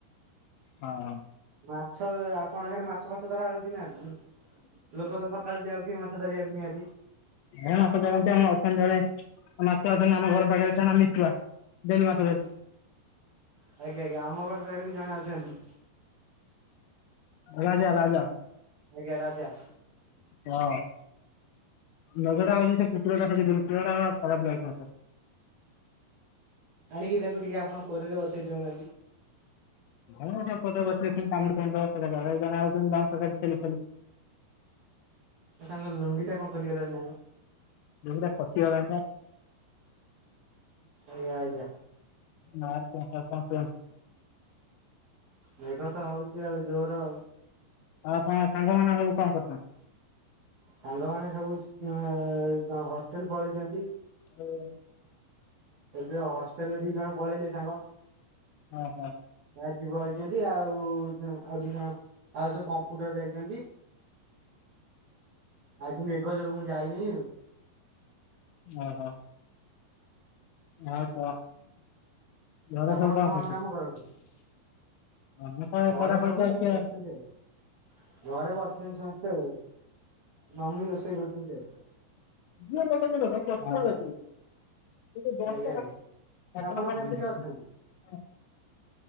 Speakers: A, on the left; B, on the right.
A: ହଁ
B: ମାଛ ଆପଣ ସେଆଡେ ମାଛ ଫଛ ଧରା ହଉଛି ନା ଲୋକ ତ ସକାଳୁ ଯାଉଛି ମାଛ ଧରିବାକୁ। ନିହାତି।
A: ଏ ମାଛ ଧରନ୍ତି ଅଛନ୍ତି ଜଣେ ମାଛ ଅଛନ୍ତି ଆମ ଘର ପାଖରେ ତା ନା ମିଟୁଆ ଡେଲି ମା
B: ଆଜ୍ଞା ଆଜ୍ଞା ଆମ ଘର ପାଖରେ ବି ଜଣେ ଅଛନ୍ତି।
A: ରାଜା ରାଜା।
B: ଆଜ୍ଞା ରାଜା।
A: ହଁ। ନଗଡ଼ା ଅବଧି ସେ କୁକୁରା ଟା <unintelligible> ସା ଗୁପୁରଡ଼ା ପ ଲକ
B: ଆଣିକି ତାକୁ ଟିକେ ଆପଣ କୋରରେ ବସେଇ ଦଉନାହାନ୍ତି।
A: ଘଣ ଅଛ କଦଛ <unintelligible> ଚାଲି <unintelligible>
B: ତାଙ୍କ ଲୁଙ୍ଗିଟା କଣ ଖୋଲିଗଲାଣୀ ନା କଣ?
A: ସେଇଟା ଖସିଗଣୀ ବା।
B: ଆଜ୍ଞା ଆଜ୍ଞା।
A: ନଁ କ <unintelligible>
B: ମେଘ ତ ହଉଛି ଆଉ ଜୋର।
A: ପଣ <unintelligible> ସାଙ୍ଗ ମାନେ ସବୁ କଣ କହୁଛନ୍ତି।
B: ସାଙ୍ଗମାନେ ସବୁ ହଷ୍ଟେଲ ପଳେଇଛନ୍ତି।
A: ଓହୋ
B: ଏବେ ହଷ୍ଟେଲରେ ଦି ଜଣ ପଳେଇଲେ ସାଙ୍ଗ।
A: ହଁ ହଁ।
B: ଆଜି ପଳେଇଛନ୍ତି ଆଉ ଆଉ ଦି ଜଣ ଆଉ ସେ କମ୍ପୁଟର ଯାଇଛନ୍ତି। ଆଜି ମେଘ ଯୋଗୁ ମୁଁ ଯାଇନି ଆଉ।
A: ଓ ହୋ। ଆଉ କ ଘର
B: ଆପଣ
A: ସବୁ କନ୍
B: କଣ
A: କରୁଛନ୍ତି।
B: କାମ କରନ୍ତି?
A: ଆମ ପ <unintelligible>
B: ଘରେ
A: ପରାା
B: ସବୁ
A: ଫଚ
B: ସବୁ
A: ଅଛ
B: ବସିଛନ୍ତି ଆଉ। ଘରେ ବସିଛନ୍ତି ସମସ୍ତେ ଆଉ ମାମି ରୋଷେଇ କରୁଛନ୍ତି ଆଉ।
A: ଯିଏ ଲଗଉଛି ଲଗଉ ଗଛ <unintelligible> ବ ଏ ଭ
B: ଆଜ୍ଞା ଆଜ୍ଞା। ଆପଣଙ୍କ ପାଖରେ କିଏ ଅଛନ୍ତି?
A: <unintelligible>